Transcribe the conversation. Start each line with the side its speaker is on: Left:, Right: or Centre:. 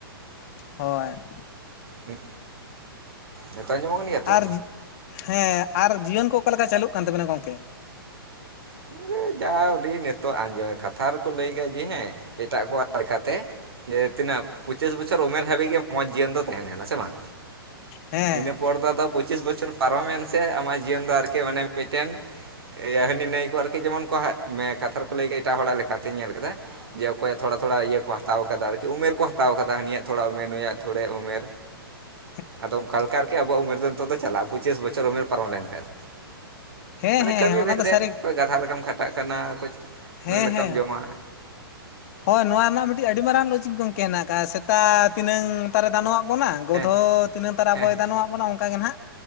Left: ᱦᱳᱭ᱾
Right: ᱦᱩᱸ ᱱᱤᱛᱚᱜ ᱟᱸᱡᱚᱢᱚᱜ ᱠᱟᱱ ᱜᱮᱭᱟ ᱛᱚ᱾
Left: ᱟᱨ ᱦᱮᱸ ᱟᱨ ᱡᱤᱭᱚᱱ ᱠᱚ ᱚᱠᱟ ᱞᱮᱠᱟ ᱪᱟᱹᱞᱩᱜ ᱠᱟᱱ ᱛᱟᱵᱮᱱᱟ ᱜᱚᱝᱠᱮ?
Right: <inaudible> ᱫᱟ ᱚᱰᱤ ᱱᱮᱛᱚᱜ ᱟᱸᱡᱚ ᱠᱟᱛᱷᱟ ᱨᱮᱠᱚ ᱞᱟᱹᱭ ᱠᱟᱜ ᱡᱮ ᱦᱮᱸ ᱮᱴᱟᱜ ᱠᱚᱣᱟᱜ ᱞᱮᱠᱟ ᱛᱮ ᱡᱮ ᱛᱤᱱᱟᱹᱜ ᱯᱚᱸᱪᱤᱥ ᱵᱚᱪᱚᱨ ᱩᱢᱮᱨ ᱦᱟᱹᱵᱤᱡ ᱜᱮ ᱢᱚᱸᱪ ᱡᱤᱭᱚᱱ ᱫᱚ᱾ ᱛᱟᱦᱮᱱᱟ ᱱᱟᱥᱮ ᱵᱟᱝ
Left: ᱦᱮᱸ
Right: ᱤᱱᱟᱹ ᱯᱚᱨ ᱫᱚ ᱟᱫᱚ ᱯᱚᱸᱪᱤᱥ ᱵᱚᱪᱷᱚᱨ ᱯᱟᱨᱚᱢᱮᱱ ᱥᱮ ᱟᱢᱟᱜ ᱡᱤᱭᱚᱱ ᱫᱚ ᱟᱨᱠᱤ ᱚᱱᱮ ᱢᱤᱫᱴᱮᱱ ᱮ ᱦᱟᱹᱱᱤ ᱱᱟᱹᱭ ᱟᱨᱠᱤ ᱡᱮᱢᱚᱱ ᱠᱚ ᱦᱟᱜ ᱢᱮ ᱠᱟᱛᱷᱟ ᱨᱮᱠᱚ ᱞᱟᱹᱭ ᱠᱮᱫᱟ ᱮᱴᱟᱜ ᱦᱚᱲᱟᱜ ᱞᱮᱠᱟᱛᱮᱧ ᱧᱮᱞ ᱠᱮᱫᱟ ᱡᱮ ᱚᱠᱚᱭᱟᱜ ᱛᱷᱚᱲᱟ ᱛᱷᱚᱲᱟ ᱤᱭᱟᱹ ᱠᱚ ᱦᱟᱛᱟᱣ ᱟᱠᱟᱫᱟ ᱟᱨᱠᱤ ᱩᱢᱮᱨ ᱠᱚ ᱦᱟᱛᱟᱣ ᱟᱠᱟᱫᱟ ᱩᱱᱤᱭᱟᱜ ᱛᱷᱚᱲᱟ ᱩᱢᱮᱨ ᱱᱩᱭᱟᱜ ᱛᱷᱚᱲᱮ ᱩᱢᱮᱨ
Left: <inaudible>
Right: ᱟᱫᱚ ᱚᱱᱠᱟ ᱞᱮᱠᱟ ᱟᱨᱠᱮ ᱟᱵᱚᱣᱟᱜ ᱩᱢᱮᱨ ᱫᱚ ᱱᱤᱛᱚᱜ ᱫᱚ ᱪᱟᱞᱟᱜᱼᱟ ᱯᱚᱸᱪᱤᱥ ᱵᱚᱪᱷᱚᱨ ᱩᱢᱮᱨ ᱯᱟᱨᱚᱢ ᱞᱮᱱᱠᱷᱟᱭᱡ
Left: ᱦᱮᱸ
Right: ᱢᱟᱱᱮ
Left: ᱦᱮᱸ
Right: ᱠᱟᱹᱢᱤ
Left: ᱚᱱᱟ
Right: ᱵᱷᱮᱫᱽ
Left: ᱫᱚ
Right: ᱨᱮ
Left: ᱥᱟᱹᱨᱤ
Right: ᱚᱠᱚᱭ ᱜᱟᱫᱷᱟ ᱞᱮᱠᱟᱢ ᱠᱷᱟᱴᱟᱜ ᱠᱟᱱᱟ ᱚᱠᱚᱭ
Left: ᱦᱮᱸ
Right: ᱱᱩᱭ ᱞᱮᱠᱟᱢ
Left: ᱦᱮᱸ
Right: ᱡᱚᱢᱟ᱾
Left: ᱦᱳᱭ ᱱᱚᱣᱟ ᱨᱮᱱᱟᱜ ᱢᱤᱫᱴᱤᱡ ᱟᱹᱰᱤ ᱢᱟᱨᱟᱝ ᱞᱚᱡᱤᱠ ᱜᱚᱝᱠᱮ ᱦᱮᱱᱟᱜ ᱟᱠᱟᱜᱼᱟ ᱥᱮᱛᱟ ᱛᱤᱱᱟᱹᱝ ᱛᱟᱨᱮ ᱫᱟᱱᱚ ᱟᱜ ᱵᱚᱱᱟ ᱜᱚᱫᱷᱚ
Right: ᱦᱮᱸ
Left: ᱛᱤᱱᱟᱹᱜ ᱛᱟᱨᱟ ᱟᱵᱚᱭ
Right: ᱦᱮᱸ
Left: ᱫᱟᱱᱚᱣᱟᱜ ᱵᱚᱱᱟ ᱚᱱᱠᱟ ᱜᱮ ᱱᱟᱦᱟᱜ